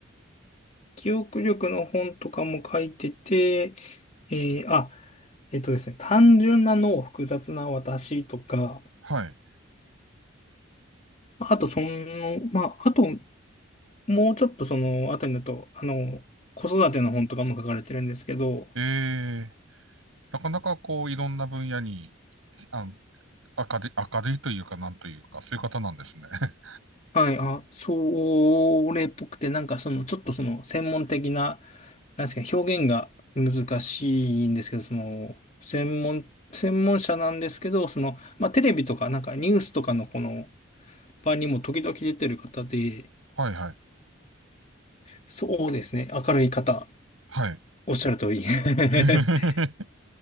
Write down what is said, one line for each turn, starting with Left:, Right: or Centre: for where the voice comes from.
Left: 記憶力の本とかも書いてて、えーあ、えっとですね、単純な脳、複雑な私とか、
Right: はい。
Left: まああとその、まあ、あともうちょっとその後になると、あの、子育ての本とかも書かれてるんですけど、
Right: えー、なかなかこう、いろんな分野に、あの、明るい、明るいというか、なんというか、そういう方なんですね。<laughs>
Left: はい、あ、それっぽくて、なんかその、ちょっとその、専門的な、なんですかね、表現が難しいんですけど、その、専門、専門者なんですけど、その、まあ、テレビとか、なんかニュースとかのこの場にも時々出てる方で、
Right: はいはい。
Left: そうですね、明るい方、
Right: はい。
Left: おっしゃる通り。<laughs>
Right: <laughs>